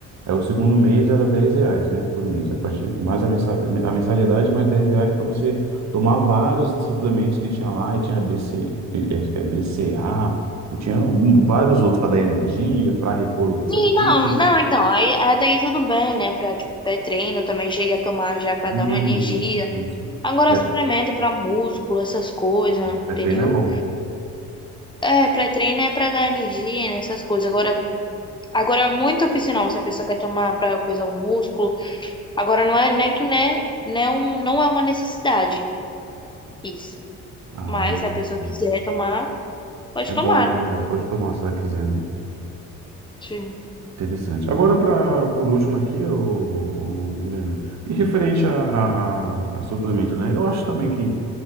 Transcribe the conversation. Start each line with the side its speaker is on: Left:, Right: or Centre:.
Right: aí o segundo mês era 10 reais, né? Por mês. A partir, mais a mensa- a mensalidade, mais 10 reais para você tomar vários suplementos que tinha lá. E tinha BC, acho que é BCA. Eu tinha um- vários outros para dar energia, para repor o seu
Left: Sim,
Right: time.
Left: não, não, então, aí até aí tudo bem, né? Pra, tipo, pré-treino, eu também cheguei a tomar já pra
Right: Uhum.
Left: dar uma energia.
Right: Isso.
Left: Agora
Right: Pré-
Left: suplemento pra músculo, essas coisas,
Right: Pré-treino
Left: entendeu?
Right: é bom.
Left: É, pré-treino é pra dar energia, né? Essas coisas. Agora, agora é muito opcional se a pessoa quer tomar pra coisa o músculo. Agora não é, né, que né, né um, não é uma necessidade isso.
Right: Ah,
Left: Mas
Right: entendi.
Left: se a pessoa quiser tomar, pode
Right: é
Left: tomar.
Right: bom, né? Ela pode tomar se ela quiser, né?
Left: Sim.
Right: Interessante. Agora, pra, por último aqui, ô, ô, Milena, em referente a, a, a- a suplemento, né? Eu acho também que,